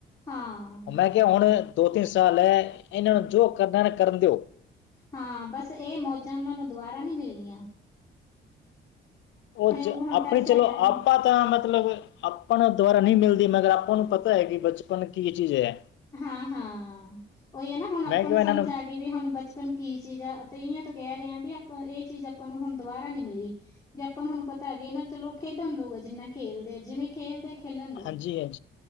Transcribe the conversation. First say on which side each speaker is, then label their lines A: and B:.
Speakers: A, on the left (about 20°); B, on the left (about 70°).
A: ਹਾਂ,
B: ੳ ਮੈਂ ਕੇਆ ਹੁਨ ਦੋ-ਤਿੰਨ ਸਾਲ ਹੈ, ਏਨਾਂ ਨੂੰ ਜੋ ਕਰਨਾ ਨਾ ਕਰਨ ਦੇਓ
A: ਹਾਂ ਬਸ ਏਹ ਮੌਜਾਂ ੳਨਾਂ ਨੂੰ ਦੁਬਾਰਾ ਨੀ ਮਿਲਨੀਆਂ।
B: ੳ ਚ
A: ਵਾਂਗੂ ਹੁਣ
B: ਅਪਨੇ
A: ਤਰਸਿਆ
B: ਚਲੋ
A: ਕਰਨਗੇ
B: ਆਪਾਂ ਤਾਂ ਮਤਲਬ ਆਪਾਂ ਦੁਆਰਾ ਨੀ ਮਿਲਦੀ, ਮਗਰ ਆਪਾਂ ਨੂੰ ਪਤਾ ਏ ਕਿ ਬਚਪਨ ਕੀ ਚੀਜ ਐ।
A: ਹਾਂ ਹਾਂ ਉਹੀ ਹੈ ਨਾ ਹੁਣ ਆਪਾਂ
B: ਮੈਂ ਕਿਹਾ
A: ਨੂੰ ਸਮਝ
B: ਇਹਨਾਂ
A: ਆ ਗਈ ਵੀ ਹੁਣ ਬੱਚੇ ਪਨ ਕੀ ਚੀਜ਼ ਆ ਤੇ ਇਓ ਤੋਂ ਕਹਿ ਰਹੇ ਹਾਂ ਵੀ ਆਪਾਂ ਇਹ ਚੀਜ਼ ਆਪਾਂ ਨੂੰ ਹੁਣ ਦੁਬਾਰਾ ਨੀ ਮਿਲੀ। ਵੀੇ ਆਪਾਂ ਨੂੰ ਹੁਣ ਪਤਾ ਵੀ ਇਹਨਾ ਚਲੋ ਖੇਡਣ ਦਊਗਾ ਜਿੰਨਾ ਖੇਲਦੇ ਆ ਜਿਵੇਂ ਖੇਲਦੇ ਖੇਲਣ ਦੋ
B: ਹਾਂਜੀ